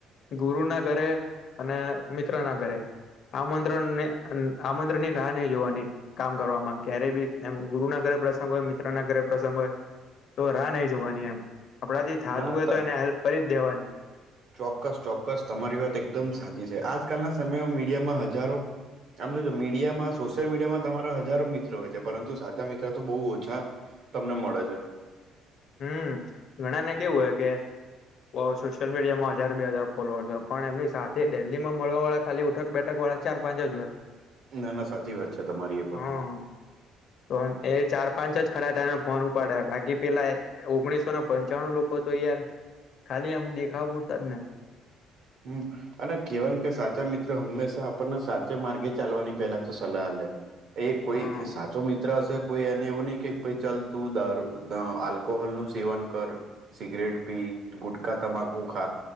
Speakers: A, on the left; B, on the right.
A: ગુરુ ના ઘરે અને મિત્ર ના ઘરે આમંત્રણને આમંત્રણ ની ના નહી રેવાની. કામ કરવામાં ક્યારેય બી એમ ગુરુ ના ઘરે પ્રસંગ હોય મિત્ર ના ઘરે પ્રસંગ હોય તો રાહ નહી જોવાની એમ આપણા થી થાતું
B: ના ના
A: હોય
B: ત
A: તો એને હેલ્પ કરી જ દેવાની.
B: ચોક્કસ ચોક્કસ તમારી વાત એકદમ સાચી છે આજકાલના સમયમાં મીડિયામાં હજારો આમ જો તો મીડિયામાં સોશિયલ મીડિયામાં તમારા હજારો મિત્રો હોય છે પરંતુ સાચા મિત્ર તો બહુ ઓછા તમને મળે છે.
A: હમ ઘણા ને કેવું હોય કે ઓ સોશિયલ મીડિયા માં હજાર બે હજાર ફોલોઅર્સ છે પણ એમની સાથે ડેઇલીમાં મળવાળા ખાલી ઉઠક બેઠક વાળા ચાર પાંચ જ હોય.
B: ના ના સાચી વાત છે તમારી એ પણ.
A: હા તો એ ચાર પાંચ ખરા ટાઈમે ફોન ઉપાડે બાકી પેલા ઓગણીસો ને પંચાણું લોકો તો યાર ખાલી આમ દેખાવ પૂરતા જ ને.
B: હમ. અને કેહેવાય કે સાચા મિત્ર હંમેશા આપણને સાચા માર્ગે ચાલવાની પેલા તો સલાહ આલે. એ કોઈ
A: હા
B: સાચો મિ ત્ર હશે કોઈ એને એવું નહીં કે ભાઈ ચાલ તું દાર આલ્કોહોલ નું સેવન કર સિગરેટ પી ગુટખા તમાકુ ખા